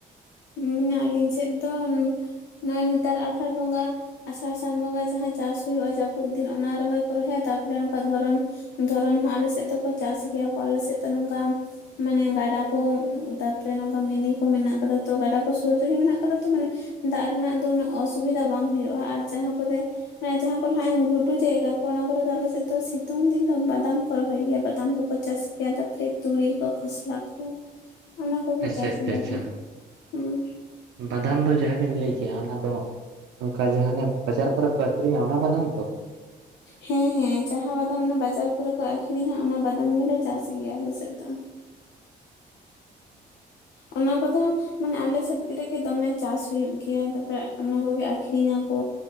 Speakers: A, on the left (about 85°); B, on the right (about 80°).
A: ᱩ ᱟᱹᱞᱤᱧ ᱥᱮᱫ ᱫᱚ ᱱᱚᱜᱼᱚᱭ ᱱᱮᱛᱟᱨ ᱟᱥᱟᱲ ᱵᱚᱸᱜᱟ ᱟᱥᱟᱲ ᱥᱟᱱ ᱵᱚᱸᱜᱟ ᱡᱟᱦᱟᱸ ᱪᱟᱥ ᱦᱳᱭᱳᱜᱼᱟ ᱡᱟᱹᱯᱩᱫ ᱫᱤᱱ ᱚᱱᱟ ᱨᱚᱦᱚᱭ ᱠᱚ ᱨᱚᱦᱚᱭᱟ ᱛᱟᱨᱯᱚᱨᱮ ᱱᱚᱠᱟ ᱫᱷᱚᱨᱚᱱ ᱫᱷᱚᱨᱚᱱ ᱦᱚᱸ ᱟᱞᱮ ᱥᱮᱫ ᱫᱚᱠᱚ ᱪᱟᱥ ᱜᱮᱭᱟ ᱠᱚ ᱟᱞᱮ ᱥᱮᱫ ᱫᱚ ᱱᱚᱝᱠᱟ ᱢᱟᱱᱮ ᱜᱟᱰᱟ ᱠᱩ ᱛᱟᱯᱚᱨᱮ ᱱᱚᱝᱠᱟ ᱢᱤᱱᱤ ᱠᱚ ᱢᱮᱱᱟᱜ ᱠᱟ ᱛᱚ ᱜᱟᱰᱟ ᱠᱚ ᱥᱳᱨ ᱨᱮᱜᱮ ᱢᱮᱱᱟᱜ ᱠᱟᱫᱟ ᱛᱚ ᱢᱟᱱᱮ ᱫᱟᱜ ᱨᱮᱱᱟᱜ ᱫᱚ ᱩᱱᱟᱹᱜ ᱚᱥᱩᱵᱤᱫᱟ ᱵᱟᱝ ᱦᱳᱭᱳᱜᱼᱟ ᱟᱨ ᱡᱟᱦᱟᱸ ᱠᱚᱨᱮ ᱡᱟᱦᱟᱸ ᱠᱚᱨᱮ ᱦᱟᱡ ᱜᱷᱩᱰᱩ ᱡᱟᱭᱜᱟ ᱠᱚ ᱚᱱᱟ ᱠᱚᱨᱮ ᱫᱚ ᱟᱞᱮᱥᱮᱫ ᱫᱚ ᱥᱤᱛᱩᱝ ᱫᱤᱱ ᱫᱚ ᱵᱟᱫᱟᱢ ᱠᱚ ᱨᱚᱦᱚᱭ ᱜᱮᱭᱟ ᱵᱟᱫᱟᱢ ᱠᱚᱠᱚ ᱪᱟᱥ ᱜᱮᱭᱟ ᱛᱟᱯᱚᱨᱮ ᱛᱩᱲᱤ ᱠᱚ ᱠᱷᱚᱥᱞᱟ ᱠᱚ ᱚᱱᱟ ᱠᱚᱠᱚ
B: ᱟᱪᱪᱷᱟ
A: ᱪᱟᱥ
B: ᱟᱪᱪᱷᱟ
A: ᱜᱮᱭᱟ
B: ᱟᱪᱪᱷᱟ
A: ᱠᱚ ᱩᱸ
B: ᱵᱟᱫᱟᱢ ᱫᱚ ᱡᱟᱦᱟᱸ ᱵᱮᱱ ᱞᱟᱹ ᱠᱮᱜᱼᱟ ᱚᱱᱟ ᱫᱚ ᱚᱱᱠᱟ ᱡᱟᱦᱟᱸ ᱚᱱᱮ ᱵᱟᱡᱟᱨ ᱠᱚᱨᱮ ᱠᱚ ᱟᱠᱷᱨᱤᱧᱼᱟ ᱚᱱᱟ ᱵᱟᱫᱟᱢ ᱛᱚ
A: ᱦᱮᱸ ᱦᱮᱸ ᱡᱟᱦᱟᱸ ᱵᱟᱫᱟᱢ ᱚᱱᱟ ᱵᱟᱡᱟᱨ ᱠᱚᱨᱮ ᱠᱚ ᱟᱠᱷᱨᱤᱧᱼᱟ ᱚᱱᱟ ᱵᱟᱫᱟᱢ ᱜᱮᱞᱮ ᱪᱟᱥ ᱜᱮᱭᱟ ᱟᱞᱮᱥᱮᱫ ᱫᱚ
B: <inaudible>
A: ᱚᱱᱟ ᱠᱚᱫᱚ ᱢᱟᱱᱮ ᱟᱞᱮ ᱥᱮᱫ ᱨᱮᱜᱮ ᱫᱚᱢᱮ ᱪᱟᱥ ᱦᱳᱭᱳᱜ ᱜᱮᱭᱟ ᱛᱟᱨᱯᱚᱨᱮ ᱚᱱᱟ ᱠᱚᱜᱮ ᱟᱠᱷᱨᱤᱧ ᱟᱠᱩ